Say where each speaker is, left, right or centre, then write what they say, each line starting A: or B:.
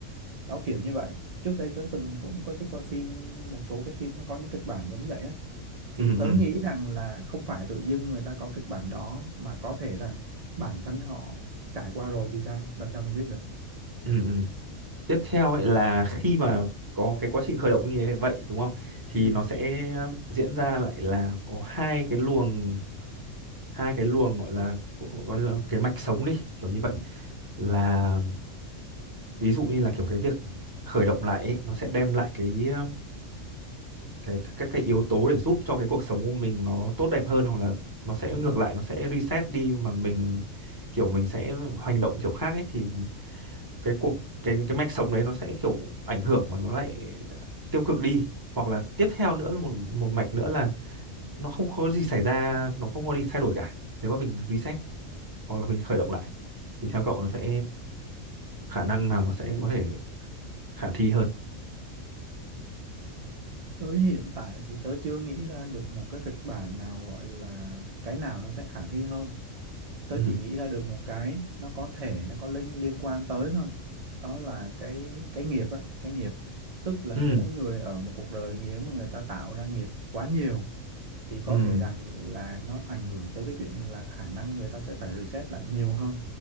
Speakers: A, on the right; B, on the right.
A: đó kiểu như vậy trước đây tớ từng cũng có cái coi phim một số cái phim nó có những kịch bản giống vậy á thì
B: ừ
A: tớ
B: ừ
A: nghĩ rằng là không phải tự dưng người ta có kịch bản đó mà có thể rằng bản thân họ trải qua rồi thì sao làm sao mình biết được
B: ừ ừ. tiếp theo ấy là khi mà có cái quá trình khởi động như thế vậy đúng không thì
A: ừ.
B: nó sẽ diễn ra lại là có hai cái luồng hai cái luồng gọi là gọi là cái mạch sống đi kiểu như vậy là ví dụ như là kiểu cái việc khởi động lại ấy, nó sẽ đem lại cái um, cái các các cái yếu tố để giúp cho cái cuộc sống của mình nó tốt đẹp hơn hoặc là nó sẽ ngược lại nó sẽ reset đi mà mình kiểu mình sẽ hành động kiểu khác ấy thì cái cuộc cái cái mạch sống đấy nó sẽ kiểu ảnh hưởng mà nó lại tiêu cực đi hoặc là tiếp theo nữa là một một mạch nữa là nó không có gì xảy ra nó không có gì thay đổi cả nếu mà mình reset hoặc là mình khởi động lại thì theo cậu nó sẽ khả năng nào nó sẽ có thể khả thi hơn
A: tới hiện tại thì tớ chưa nghĩ ra được một cái kịch bản nào gọi là cái nào nó sẽ khả thi hơn tớ
B: ừ
A: chỉ nghĩ ra được một cái nó có thể nó có liên liên quan tới thôi đó là cái cái nghiệp á cái nghiệp tức là
B: ừ
A: mỗi người ở một cuộc đời nếu mà người ta tạo ra nghiệp quá nhiều thì có
B: ừ
A: thể rằng là nó ảnh hưởng tới cái chuyện là khả năng người ta sẽ phải reset lại nhiều hơn